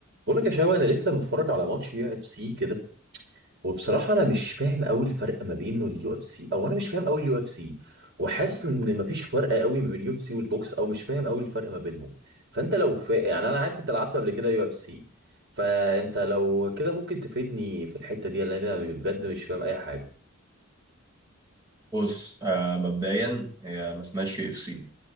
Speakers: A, on the right; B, on the right.
A: بقول لك يا شباب انا لسه متفرج على ماتش يو اف سي كده وبصراحه انا مش فاهم قوي الفرق ما بينه اليو اف سي او انا مش فاهم قوي اليو اف سي وحاسس ان مفيش فرق قوي ما بين اليو اف سي والبوكس او مش فاهم قوي الفرق ما بينهم فانت لو فا... يعني انا عارف انت لعبت قبل كده يو اف سي فانت لو كده ممكن تفيدني في الحته دي لان انا بجد مش فاهم اي حاجه
B: بص آه مبدئيا هي ما اسمهاش يو اف سي